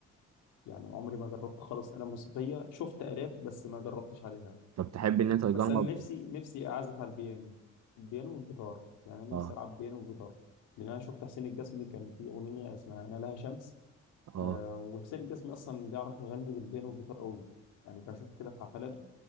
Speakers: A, on the left (about 85°); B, on the right (about 60°).
A: يعني عمري ما جربت خالص آلة موسيقية شفت آلات بس ما جربتش عليها
B: طب تحب ان انت تجرب
A: بس انا نفسي نفسي اعزف على البيانو البيانو والجيتار يعني انا
B: اه
A: نفسي العب بيانو وجيتار لان انا شفت حسين الجسمي كان في اغنيه اسمها انا لها شمس
B: اه
A: آه، وحسين الجسمي اصلا بيعرف يغني بالبيانو والجيتار قوي يعني بشوف كده في حفلاته